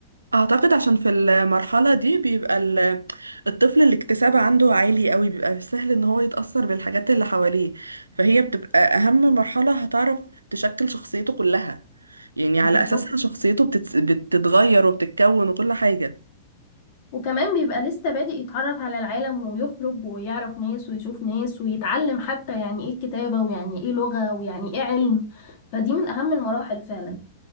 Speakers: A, on the right; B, on the left.
A: اعتقد عشان في المرحلة دي بيبقى ال- الطفل الاكتساب عنده عالي قوي بيبقى سهل ان هو يتأثر بالحاجات اللي حواليه فهي بتبقى اهم مرحلة هتعرف تشكل شخصيته كلها يعني
B: بالظبط
A: على اساسها شخصيته بتت... بتتغير وبتتكون وكل حاجة
B: وكمان بيبقى لسه بادئ يتعرف على العالم ويخرج ويعرف ناس ويشوف ناس ويتعلم حتى يعني ايه الكتابة ويعني ايه لغة ويعني ايه علم فدي من اهم المراحل فعلا